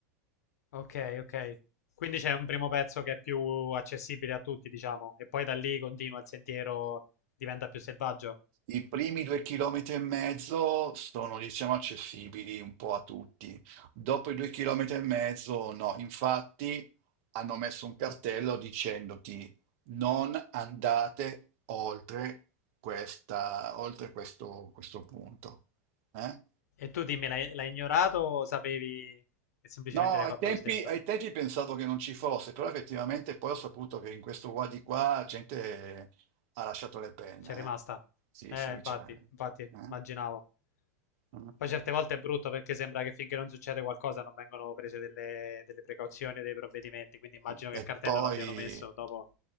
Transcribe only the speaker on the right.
I primi due chilometri e mezzo sono, diciamo, accessibili un po' a tutti. Dopo i due chilometri e mezzo, no. Infatti, hanno messo un cartello dicendoti non andate oltre questa, oltre questo, questo punto. Eh?
No,
ai
tempi,
ai tempi pensavo che non ci fosse, però effettivamente poi ho saputo che in questo qua di qua gente ha lasciato le penne.
eh. Sì,
sì,
c'era. eh.
Eh,
E
poi